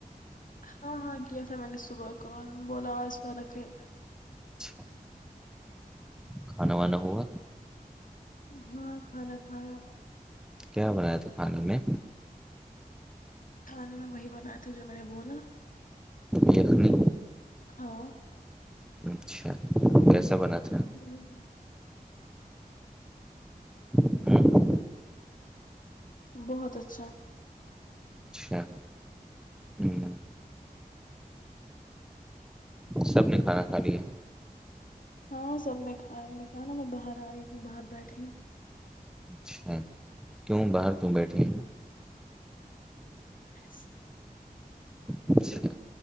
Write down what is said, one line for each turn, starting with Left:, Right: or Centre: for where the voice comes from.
Left: ہاں ہاں کیا تھا میں نے صبح کوال بولا آج فرق ہے
Centre: اچ کھانا وانا ہوا
Left: ہاں خرا خرا
Centre: کیا بنایا تو کھانے میں
Left: کھانے میں وہی بنائے تھے جو میں نے بولا
Centre: گلنی
Left: ہاں
Centre: اچھا کیسا بناات
Left: ہاں کیا
Centre: ہوں،
Left: بہت اچھا
Centre: اچھا ہ سب نے کھانا کھا لیا
Left: ہاں سب نے کھایا ان نے کہا نا میں باہر آئی ہوں باہر بیٹھی ہوں
Centre: اچھا کیوں باہر کیوں بیٹھ رہے ہیں
Left: ایس
Centre: اچھا